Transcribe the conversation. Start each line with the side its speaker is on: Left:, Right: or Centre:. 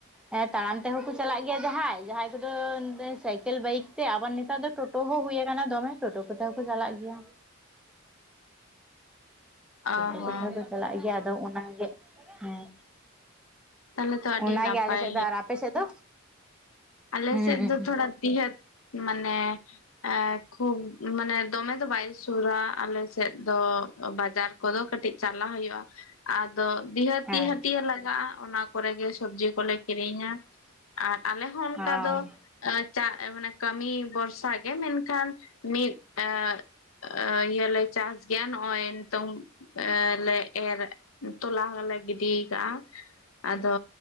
Centre: ᱦᱮᱸ ᱛᱟᱲᱟᱢ ᱛᱮᱦᱚᱸᱠᱚ ᱪᱟᱞᱟᱜ ᱜᱮᱭᱟ, ᱡᱟᱦᱟᱸᱭ ᱡᱟᱦᱟᱸᱭ ᱠᱚᱫᱚ ᱥᱟᱭᱠᱮᱞ ᱠᱮᱞ ᱵᱟᱭᱤᱠ ᱛᱮ, ᱟᱵᱟᱨ ᱱᱮᱛᱟᱨ ᱫᱚ ᱴᱳᱴᱳ ᱦᱚᱸ ᱦᱳᱭ ᱠᱟᱱᱟ ᱫᱚᱢᱮ, ᱴᱳᱴᱳ ᱠᱚᱛᱮ ᱦᱚᱸᱠᱚ ᱪᱟᱞᱟᱜ ᱜᱮᱭᱟ᱾
Left: ᱚ
Centre: ᱴᱳᱴᱳ
Left: ᱦᱚᱸ
Centre: ᱠᱚᱛᱮ ᱦᱚᱸᱠᱚ ᱪᱟᱞᱟᱜ ᱜᱮᱭᱟ, ᱟᱫᱚ ᱚᱱᱟᱜᱮ ᱦᱮᱸ
Left: ᱛᱟᱦᱚᱞᱮ ᱛᱚ ᱟᱹᱰᱤ
Centre: ᱚᱱᱟᱜᱮ
Left: ᱱᱟᱯᱟᱭ
Centre: ᱟᱞᱮ ᱥᱮᱫ ᱫᱚ, ᱟᱨ ᱟᱯᱮ ᱥᱮᱫ ᱫᱚ?
Left: ᱟᱞᱮᱥᱮᱫ
Centre: ᱦᱩᱸ ᱦᱩᱸ
Left: ᱫᱚ ᱛᱷᱚᱲᱟ ᱵᱤᱦᱟᱹᱛ, ᱢᱟᱱᱮ ᱮᱸ ᱠᱷᱩᱵ ᱢᱟᱱᱮ ᱫᱚᱢᱮ ᱫᱚ ᱵᱟᱭ ᱥᱩᱨᱟ, ᱟᱞᱮᱥᱮᱫ ᱫᱚ ᱵᱟᱡᱟᱨ ᱠᱚᱫᱚ, ᱠᱟᱹᱴᱤᱡ ᱪᱟᱞᱟ ᱦᱳᱭᱳᱜᱼᱟ᱾ ᱟᱨ ᱫᱚ ᱵᱤᱦᱟᱹᱛᱤᱦᱟᱹ
Centre: ᱦᱮᱸ
Left: ᱦᱟᱹᱴᱭᱟᱹ ᱞᱟᱜᱟᱜᱼᱟ, ᱚᱱᱟ ᱠᱚᱨᱮ ᱜᱮ ᱥᱚᱵᱡᱤ ᱠᱚᱞᱮ ᱠᱤᱨᱤᱧᱟ, ᱟᱨ ᱟᱞᱮ ᱦᱚᱸ ᱚᱱᱠᱟ
Centre: ᱚ
Left: ᱫᱚ ᱪᱟ, ᱢᱟᱱᱮ ᱠᱟᱹᱢᱤ ᱵᱷᱚᱨᱥᱟ ᱜᱮ, ᱢᱮᱱᱠᱷᱟᱱ ᱢᱤᱫ ᱮᱸ ᱮᱸ ᱤᱭᱟᱹᱞᱮ ᱪᱟᱥ ᱜᱮᱭᱟ, ᱱᱚᱜᱼᱚᱭ ᱱᱤᱛᱚᱝ ᱮ ᱞᱮ ᱮᱨ ᱛᱚᱞᱟ ᱦᱚᱸᱞᱮ ᱜᱤᱰᱤ ᱠᱟᱜᱼᱟ᱾ ᱟᱫᱚ